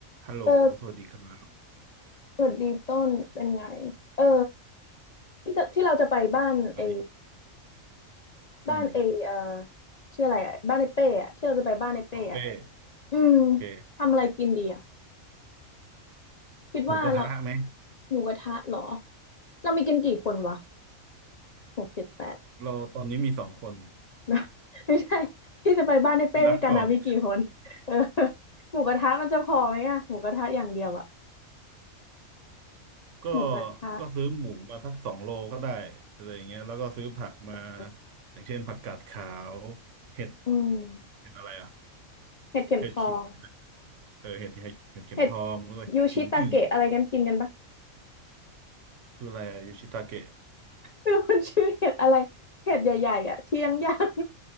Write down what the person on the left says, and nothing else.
เออสวัสดีต้นเป็นไงเออที่จะที่เราจะไปบ้านเอ
บ้านเอเออชื่ออะไรอะบ้านไอเป้อะที่เราจะไปบ้านไอเป้อะ
อืม
ทำอะไรกินดีอะคิดว่าเรา
หมูกระทะเหรอเรามีกันกี่คนวะหกเจ็ดแปด
<laughs> ไม่ใช่ที่จะไปบ้านไอเป้ด้วยกันอะมีกี่คนเออ
หมูกระทะมันจะพอไหมอะหมูกระทะอย่างเดียวอะ
หมูกระทะ
สองลูก
อืม
เห็ดเข็มทอง
เห็ดยูชิตาเกะอะไรกันกินกันปะ
เป็นคนชื่อเห็ดอะไรเห็ดใหญ่ๆอ่ะที่ย่างย่าง